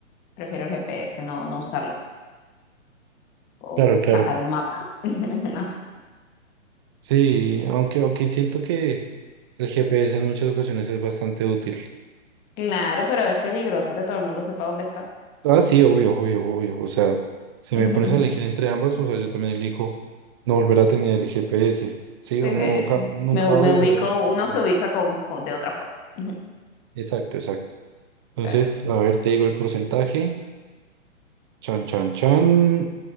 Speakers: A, on the left; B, on the right.
A: prefiero el GPS, no, no usarlo. O
B: Claro, claro.
A: sacar un mapa. <laughs> No sé.
B: Sí, aunque, aunque siento que el GPS en muchas ocasiones es bastante útil.
A: Claro, pero es peligroso que todo el mundo sepa dónde estás.
B: Ah, sí, obvio, obvio, obvio. O sea, si me
A: Ujú,
B: pones
A: ujú.
B: a elegir entre ambas, o sea, yo también elijo no volver a tener GPS. Sí,
A: Sí,
B: o no,
A: sí.
B: ja- nunca
A: Me, me
B: volver
A: ubico,
B: a utilizar
A: uno
B: GPS.
A: se ubica con, con- de otra forma. Ujú.
B: Exacto, exacto. Entonces,
A: Está bien,
B: a ver, te digo el porcentaje. Chan, chan, chan.